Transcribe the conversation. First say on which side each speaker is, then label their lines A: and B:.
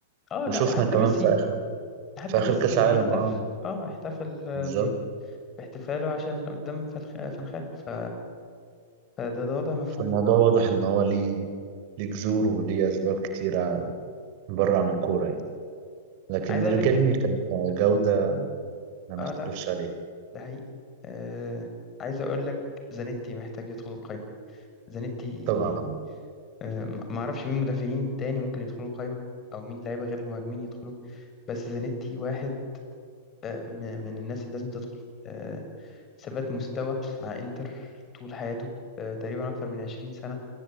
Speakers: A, on the left; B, on the right.
A: آه،
B: وشفنا
A: لا وحتى
B: كمان
A: ميسي
B: في آخر
A: حتى
B: في آخر
A: ميسي
B: كأس
A: لما
B: العالم
A: احتفل
B: اه
A: اه احتفل آه،
B: بالظبط
A: ب- باحتفاله عشان قدام فالخ- فان خال ف... فده ده وضع مفهوم
B: فالموضوع واضح إن هو ليه ليه جذور وليه أسباب كتيرة بره عن الكورة يعني لكن
A: عايز اقول
B: ريكيرمي
A: لك
B: كان كجودة ما نختلفش
A: اه لا
B: عليها
A: ده حقيقي آه... عايز اقول لك زانيتي محتاج يدخل القايمة زانيتي
B: طبعا
A: آه، ما ما اعرفش مين مدافعين تاني ممكن يدخلوا القايمة او مين لعيبة غير المهاجمين يدخلوا بس زانيتي واحد آه، م- من الناس اللي لازم تدخل آه، ثبات مستوى مع انتر طول حياته آه، تقريبا اكتر من 20 سنة